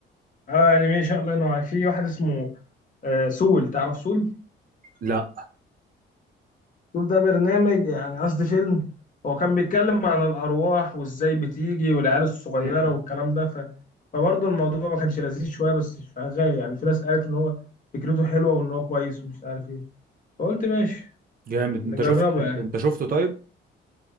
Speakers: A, on the left; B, on the right.
A: اه انيميشن الله ينور عليك في واحد اسمه آه، سول تعرف سول
B: لا
A: شوف ده برنامج يعني قصدي فيلم هو كان بيتكلم عن الأرواح وإزاي بتيجي والعيال الصغيرة
B: مم.
A: والكلام ده ف... فبرضه الموضوع ما كانش لذيذ شوية بس شغال يعني في ناس قالت إن هو فكرته حلوة وإن هو كويس ومش عارف إيه فقلت ماشي
B: جامد
A: نجربه
B: انت شفت انت
A: يعني
B: أنت شفته طيب